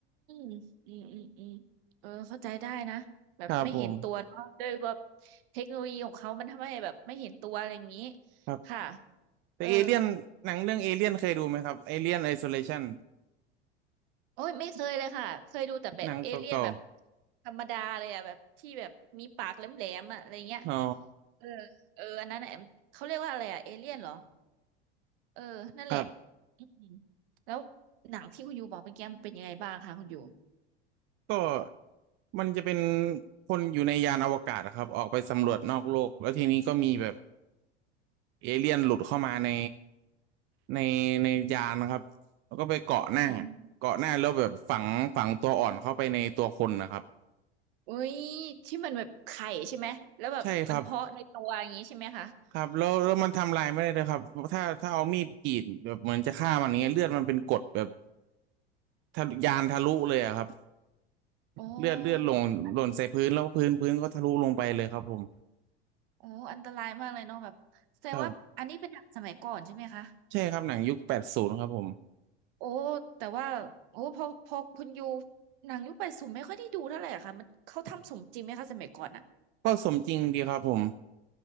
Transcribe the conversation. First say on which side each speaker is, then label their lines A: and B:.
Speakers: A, on the right (about 60°); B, on the right (about 35°).
A: มอืมอืมอืมเออเข้าใจได้นะแบบไม่เห็นตัวเนาะด้วยว่า
B: ครับผม
A: เทคโนโลยีของเขามันทำให้แบบไม่เห็นตัวอะไรอย่างนี้
B: ครับ
A: ค่ะ
B: แต่เอเลี่ยนหนังเรื่องเอเลี่ยนเคยดูไหมครับเอเลี่ยนไอโซเลชัน
A: เออ โอ้ยไม่เคยเลยค่ะเคยดูแต่แบบเอเลี่ยนแบบ
B: หนังเก่า
A: ธรรมดาเลยอะแบบที่แบบมีปากแหลมๆอะอะไรเงี้ย
B: ๆอ๋อ
A: เออเอออันนั้นอะเขาเรียกว่าอะไรอะเอเลี่ยนเหรอเออนั่นแหละ
B: ครับ
A: อืมแล้วหนังที่คุณยูบอกเมื่อกี้มันเป็นยังไงบ้างคะคุณยู
B: ก็ มันจะเป็นคนอยู่ในยานอวกาศนะครับออกไปสำรวจนอกโลกแล้วทีนี้ก็มีแบบเอเลี่ยนหลุดเข้ามาในในในยานนะครับแล้วก็ไปเกาะหน้า
A: อืม
B: เกาะหน้าแล้วแบบฝังฝังตัวอ่อนเข้าไปในตัวคนนะครับ
A: อุ้ยที่มันแบบไข่ใช่ไหมแล้วแบบมันเพาะในตัวอย่างนี้ใช่ไหมคะ
B: ใช่ครับครับแล้วแล้วมันทำลายไม่ได้เลยครับถ้าถ้าเอามีดกรีดแบบเหมือนจะฆ่ามันอย่างเงี้ยเลือดมันเป็นกรดแบบ
A: โอ้
B: ทะลุยานทะลุเลยอะครับ
A: โอ้
B: เลือดเลือดลงหล่นใส่พื้นแล้วพื้นพื้นก็ทะลุลงไปเลยครับผม
A: แบบอันโอ้อันตรายมากเลยเนาะแบบแสดงว่าอันนี้เป็นหนังสมัยก่อนใช่ไหมคะ
B: ครับใช่ครับหนังยุคแปดศูนย์ครับผม
A: โอ้แต่ว่าโอ้พอพอคุณยูหนังยุคแปดศูนย์ไม่ค่อยได้ดูเท่าไหร่อะค่ะมันเขาทำสมจริงไหมคะสมัยก่อนอะ
B: ก็สมจริงดีครับผม